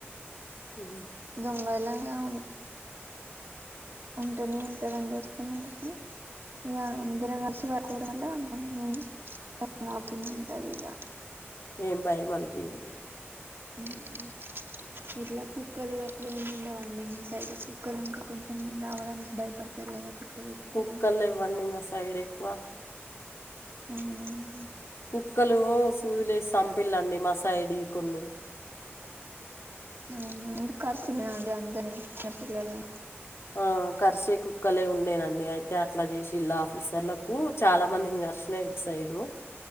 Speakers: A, on the left; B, on the right.
A: ఉ
B: దొంగలం గాము ఉంటునే ఉంటదండి వస్తూనే, ఉంటు ఇక అందరం కలిసి పడుకోవడం వల్ల, అంటనే మేము కాకుండా ఉంటది ఇగ.
A: ఏం భయం అనిపియదు
B: ఉహు ఇట్లా కుక్కలు గట్ల ఎం ఉండవా అండి మీ సైడ్ కుక్కలు ఇంకా కొంచెం రావడానికి భయపడతారు కదా కొత్త వ్యక్తులు
A: కుక్కలు లేవ్వండి మా సైడ్ ఎక్కువ
B: అవునా అండి
A: కుక్కలు సూదులేసాం పిల్లాండి మాసాయిది కొన్ని
B: అవు ఎందుకు కర్చుద్ది అండి అందరిని చిన్న పిల్లల్ని
A: ఆ కర్సే కుక్కలే ఉండేనండి అయితే అట్లా చేసిల్లు ఆఫీసర్లకు చాలా మందిని కర్సినై ఇట్ సైడు